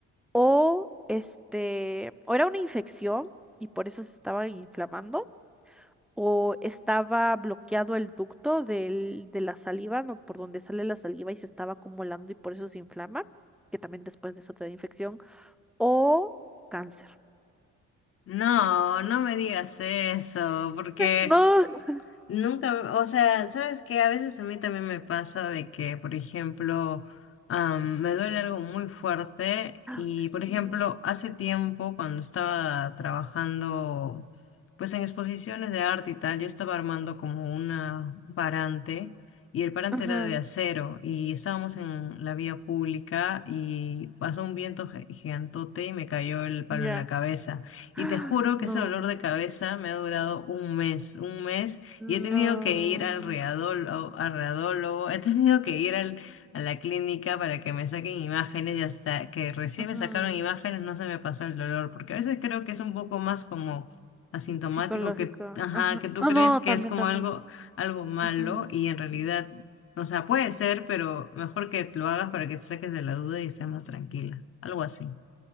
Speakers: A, in the centre; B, on the left (about 45°).
A: o este, o era una infección y por eso se estaba inflamando, o estaba bloqueado el ducto del, de la saliva, no, por donde sale la saliva y se estaba acumulando y por eso se inflama, que también después de eso te da infección, o cáncer.
B: No, no me digas eso, porque
A: No. <gasps>
B: nunca, o sea, sabes que a veces a mí también me pasa de que, por ejemplo, am, me duele algo muy fuerte
A: Ah,
B: y,
A: Sí.
B: por ejemplo, hace tiempo cuando estaba trabajando, pues en exposiciones de arte y tal, yo estaba armando como una un parante y el parante
A: Ajá,
B: era de acero y estábamos en la vía pública y pasó un viento gi- gigantote y me cayó el palo
A: ya.
B: en la cabeza.
A: <gasps>
B: Y
A: Ah,
B: te juro
A: No,
B: que ese dolor de cabeza me ha durado un mes, un mes,
A: no.
B: y he tenido que ir al readólogo, al readólogo, he tenido que ir al, a la clínica para que me saquen imágenes y hasta que recién
A: Ujú,
B: me sacaron imágenes no se me pasó el dolor, porque a veces creo que es un poco más como asintomático
A: Psicológico.
B: que, ajá,
A: Ajá.
B: que tú
A: Oh,
B: crees
A: no,
B: que
A: también,
B: es como
A: también.
B: algo, algo malo
A: Ujú.
B: y en realidad, o sea, puede ser, pero mejor que lo hagas para que te saques de la duda y estés más tranquila, algo así.